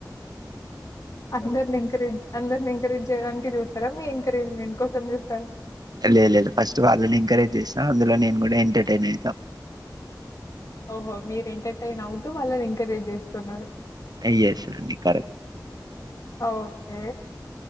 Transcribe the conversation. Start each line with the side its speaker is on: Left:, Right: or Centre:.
Left: అందరిని ఎంకరేజ్ అందరిని ఎంకరేజ్ చేయడానికి చూస్తారా మీం ఎంకరేజ్మెంట్ కోసం చూస్తార
Right: లేదు లేదు ఫస్ట్ వాళ్ళని ఎంకరేజ్ చేస్తా అందులో నేను కూడా ఎంటర్టైన్ అవుతా
Left: ఓహో మీరు ఎంటర్టైన్ అవుతూ వాళ్ళని ఎంకరేజ్ చేస్తున్నారు
Right: హా యస్ అండి కరెక్ట్.
Left: ఓకే